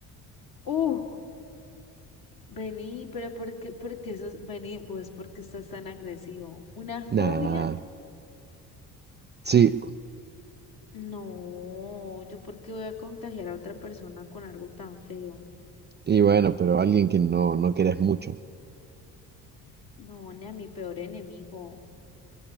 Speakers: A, on the left; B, on the right.
A: Uh, vení, pero ¿por qué, por qué eso, vení, pues, ¿por qué estás tan agresivo? ¿Una fobia?
B: Nah, sí,
A: No, yo por qué voy a contagiar a otra persona con algo tan feo.
B: y bueno, pero alguien que no, no querés mucho.
A: No, ni a mi peor enemigo.